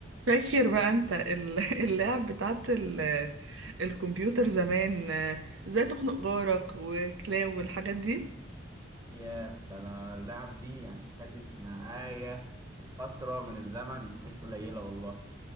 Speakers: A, on the right; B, on the right.
A: فاكر بقى انت ال- <laughs> اللعب بتاعت ال- الكمبيوتر زمان آه، ازاي تخنق جارك وكلاو والحاجات دي
B: ياه ده انا اللعب دي يعني خدت معايا فترة من الزمن مش قليلة والله